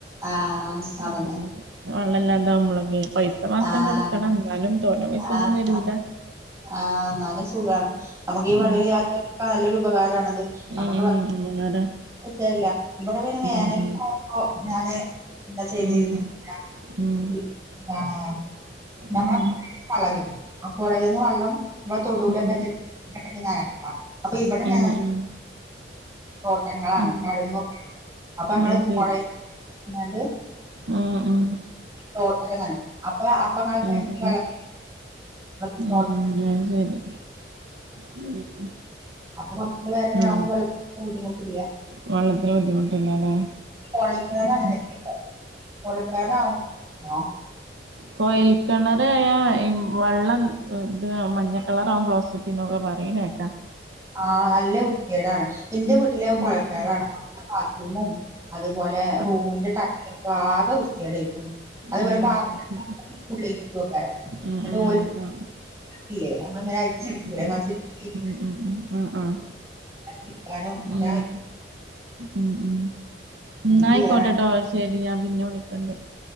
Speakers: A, on the right; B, on the right.
A: ആഹ്
B: ഉം
A: അതന്നെ
B: വെള്ളം ഇല്ലാണ്ടാകുമ്പോഴൊക്കെ പൈസ മാസം
A: ആഹ്
B: കൊടുക്കണം എന്നാലും തോനെ പൈസ
A: ആഹ്
B: ഒന്നും വരൂല്ല
A: ആഹ് ആഹ് ഇന്നാലും സുഖാണ് നമ്മുക്ക് ഈ വെള്ളമില്ലാത്തവർക്കൊക്കെ
B: ഉം
A: നല്ലൊരു ഉപകാരണത് നമുക്ക്
B: ഉം ഉം, ഉപകാരാ
A: <unintelligible> ഇവിടെ പിന്നെ വേനൽക്കാലം
B: ഉം ഉം
A: ഞാന് <unintelligible> എന്താ ചെയ്തെന്ന്
B: ഉം
A: <unintelligible>
B: ഉം
A: എന്താണ് നമ്മള
B: ഉം
A: വള്ളം കിട്ടും ആഹ് പുഴേന്ന് വെള്ളം ഇമ്മടെ തൊടൂലൊക്കെ
B: ഉം
A: എന്തേലും ഉണ്ടെങ്കി നിക്കത്താം അപ്പ ഇവിടെ
B: ഉം
A: ഞങ്ങ
B: ഉം
A: തോട്ടങ്ങളാണ്
B: ഉം
A: കിഴങ്ങൊക്കെ അപ്പൊ അങ്ങള്
B: അത് ശരി
A: പുഴേ എന്നത്
B: ഉം ഉം
A: തോട്ടക്കൊ നന അപ്പളേ അപ്പം <unintelligible>
B: ഉം ഉം
A: <unintelligible>
B: ഉം അത് ശരി ഉം
A: അപ്പൊ കുറച്ചൂടി വേനലാവുമ്പോ
B: ആ
A: വെള്ളത്തിനു ബുദ്ധിമുട്ടില്ല
B: വെള്ളത്തിന് ബുദ്ധിമുട്ടില്ലല്ലേ
A: കൊഴൽകിണർ
B: ഉം
A: അങ്ങനെ അല്ലെയോ കൊഴലക്കിണർ ആന്നോ
B: കോയിൽ കിണറായാൽ ഈ വെള്ളം ഇത് മഞ്ഞ കളറ ആകും ഗ്ലോസ്സെറ്റ് എന്നൊക്കെ പറയ്ന്ന കേക്കാം
A: ആഹ് നല്ല വൃത്തികേടാണ് എന്റെ വീട്ടിലെ കൊഴൽ
B: ഉം
A: കിണറാണ് അവിടത്തെ ബാത്ത് റൂമും അതുപോലെ
B: ഉം
A: റൂമിന്റെ
B: ഉം
A: ടൈലൊക്കെ ആകെ വൃത്തികേടായിരിക്കും അതുപോലെ
B: ഉം
A: പത്രങ്ങളൊക്കെ
B: മനസ്സി
A: <unintelligible>
B: ഉം
A: എന്നിട്ട്ഓ
B: ഉം അങ്ങനാണ്
A: ല്ലേ നമ്മളിങ്ങനെ അരിച്ചെടുക്കൂലേ
B: ഉം ഉം ഉം
A: ഫിൽറ്റർറിന്ന്
B: ഉം ഉം ആഹ് ആഹ്
A: ക്കാനും അതാ
B: ഉം ഉം ഉം ഉം
A: അങ്ങനെ
B: എന്നായിക്കോട്ടെട്ടോ
A: ചെയ്യാറാണ്
B: ശെരി ഞാൻ പിന്നെ വിളിക്കണ്ട്